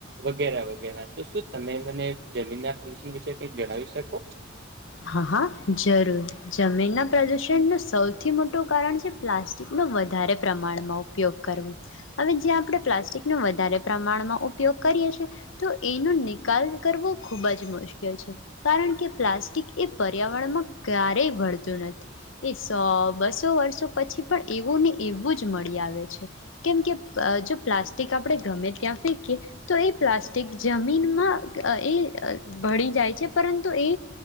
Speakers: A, on the right; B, on the left.
A: વગેરા વગેરા. તો શું તમે મને જમીનના દૂષિત વિશે કંઈ જણાવી શકો?
B: હા હા જરૂર. જમીનના પ્રદુષણનું સૌથી મોટું કારણ છે પ્લાસ્ટિકનો વધારે પ્રમાણમાં ઉપયોગ કરવો. હવે જે આપણે પ્લાસ્ટિકનો વધારે પ્રમાણમાં ઉપયોગ કરીએ છે તો એનો નિકાલ કરવો ખૂબ જ મુશ્કેલ છે કારણ કે પ્લાસ્ટિક એ પર્યાવરણમાં ક્યારેય ભળતું નથી. એ સો બસો વર્ષો પછી પણ એવુંને એવું જ મળી આવે છે, કેમ કે અહ જો પ્લાસ્ટિક આપણે ગમે ત્યાં ફેંકીએ તો એ પ્લાસ્ટિક જમીનમાં એ અહ ભળી જાય છે પરંતુ એ